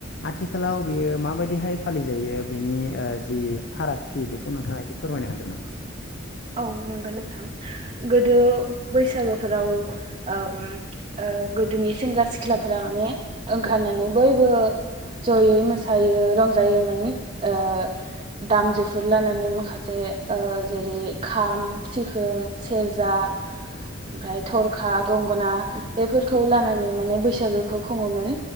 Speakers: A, on the left (about 60°); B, on the right (about 35°).
A: आथिखालाव बेयो माबायदिहाय फालिजायो बेनि जि फारागथि बेखौ नोंथाङा एसे फोरमाय हागोन नामा
B: औ नंगौ नोंथां गोदो बैसागोफोराव ओम गोदोनि सेंग्रा सिख्लाफोरा माने ने ओंखारनानै बयबो जयै मोसायो रंजायोमोन ओ दामजुफोर लानानै माखासे ओ जेरै खाम सिफुं सेरजा ओमफ्राय थरखा गंगना बेफोरखौ लानानै माने बैसागोखौ खुङोमोन